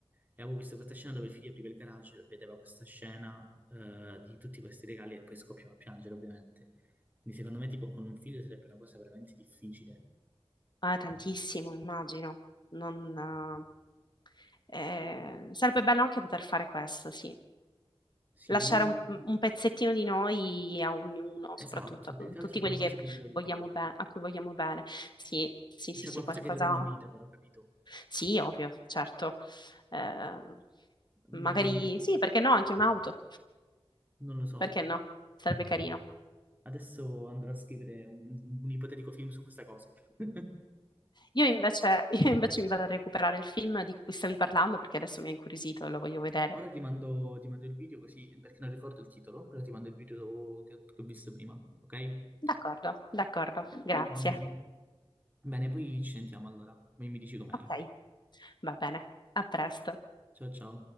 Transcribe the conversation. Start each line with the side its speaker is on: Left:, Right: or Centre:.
Right: E avevo visto questa scena dove il figlio apriva il garage, vedeva questa scena eh, di tutti questi regali e poi scoppiava a piangere, ovviamente. Quindi secondo me tipo con un figlio sarebbe una cosa veramente difficile.
Left: Ah, tantissimo, immagino. Non, eh, eh, sarebbe bello anche poter fare questo, sì.
Right: Sì,
Left: Lasciare un, mhmm, un pezzettino di noi a ognuno,
Right: esatto,
Left: soprattutto a
Right: più che altro
Left: tutti
Right: qualcosa
Left: quelli che
Right: che glielo ricorda.
Left: vogliamo be- a cui vogliamo bene. Sì, sì, sì,
Right: Cioè
Left: sì,
Right: qualcosa
Left: qualcosa
Right: che dura una vita, però, capito?
Left: Sì, ovvio, certo. Eh,
Right: Mm,
Left: magari sì, perché no, anche un'auto.
Right: non lo so.
Left: Perché no? Sarebbe carino.
Right: Adesso andrò a scrivere un, un ipotetico film su questa cosa. <laughs>
Left: Io invece, <laughs> io invece mi vado a recuperare il film di cui stavi parlando perché adesso mi ha incuriosito e lo voglio vedere.
Right: Ora ti mando, ti mando il video così, perché non ricordo il titolo, però ti mando il video che, che ho visto prima, ok?
Left: D'accordo, d'accordo, grazie.
Right: Va bene? Bene, poi ci sentiamo allora. Poi mi dici com'era.
Left: Ok, va bene, a presto.
Right: Ciao ciao.